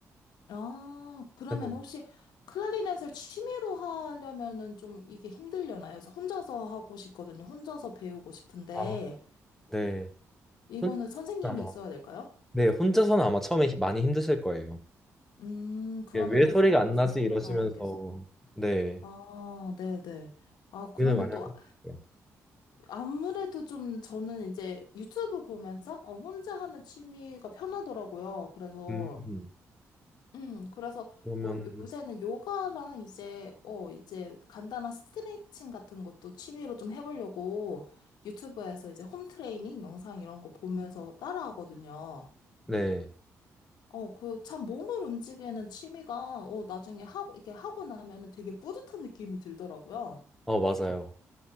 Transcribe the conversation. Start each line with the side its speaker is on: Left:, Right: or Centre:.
Left: 아, 그러면
Centre: 그래서,
Left: 혹시 클라리넷을 취미로 하려면은 좀 이게 힘들려나요? 그래서 혼자서 하고 싶거든요. 혼자서 배우고 싶은데,
Centre: 아, 네.
Left: 이거는
Centre: 혼자서는
Left: 선생님이
Centre: 아마,
Left: 있어야 될까요?
Centre: 네, 혼자서는 아마 처음에 힘- 많이 힘드실 거예요.
Left: 음, 그러면
Centre: 이게 왜
Left: 또
Centre: 네. 소리가
Left: 그것도
Centre: 안
Left: 생각해
Centre: 나지? 이러시면서,
Left: 봐야겠어.
Centre: 네,
Left: 아, 네네. 아,
Centre: 고민을
Left: 그러면
Centre: 많이
Left: 또
Centre: 하실
Left: 아-
Centre: 거예요.
Left: 아무래도 좀 저는 이제 유튜브 보면서 어, 혼자 하는 취미가 편하더라고요. 그래서,
Centre: 음,
Left: 음, 그래서
Centre: 그러면,
Left: 뭐 요새는 요가랑 이제, 어, 이제 간단한 스트레칭 같은 것도 취미로 좀 해보려고 유튜브에서 이제 홈 트레이닝 영상 이런 거 보면서 따라하거든요.
Centre: 네,
Left: 어, 그 참 몸을 움직이는 취미가 어, 나중에 하고, 이게 하고 나면은 되게 뿌듯한 느낌이 들더라고요.
Centre: 어, 맞아요.